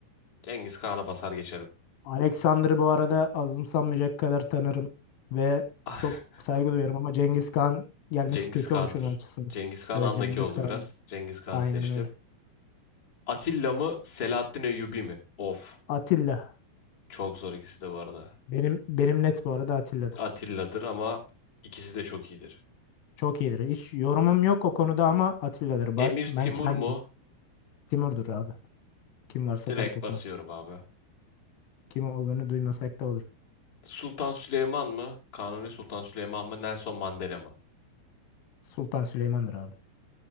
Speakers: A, on the left (about 25°); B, on the left (about 75°).
A: Cengiz Khan'a basar geçerim.
B: Alexander'ı bu arada azımsanmayacak kadar tanırım ve
A: <laughs>
B: çok saygı duyarım ama Cengiz Khan gelmesi
A: Cengiz
B: kötü
A: Khan'dır.
B: olmuş onun açısından.
A: Cengiz Kağan
B: Evet
A: andaki
B: Cengiz
A: oldu
B: Khan
A: biraz. Cengiz Khan'ı
B: aynen
A: seçtim.
B: öyle.
A: Atilla mı Selahattin Eyyubi mi? Of.
B: Atilla
A: Çok zor ikisi de bu arada.
B: benim benim net bu arada Atilla'dır.
A: Atilla'dır ama ikisi de çok iyidir.
B: Çok iyidir. Hiç yorumum yok o konuda ama Atilla'dır. Ba-
A: Emir
B: Ben
A: Timur
B: kendim
A: mu?
B: Timur'dur abi. Kim varsa
A: Direkt
B: fark etmez.
A: basıyorum abi.
B: Kim olduğunu duymasak da olur.
A: Sultan Süleyman mı? Kanuni Sultan Süleyman mı? Nelson Mandela mı?
B: Sultan Süleyman'dır abi.